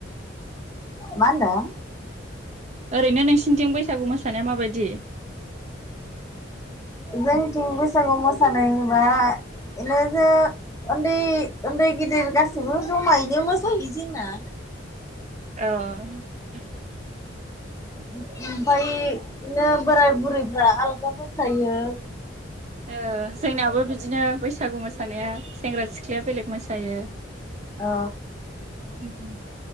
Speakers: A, on the left; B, on the right.
A: मा होनदों?
B: ओरैनो नोंसोरनिथिं बैसागु मोसानाया माबायदि
A: जोंथिं बैसागु मोसानाय होनोबा इनो जे उन्दै उन्दै गेदिर गासैबो जमायैनो मोसायो जोंना
B: औ उम
A: ओमफ्राय इदिनो बोराय बुरैफ्रा आलगा मोसायो
B: ओ जोंना बो बि दिनो बैसागु मोसानाया सेंग्रा सिख्लाया बेलेग मोसायो
A: औ
B: उम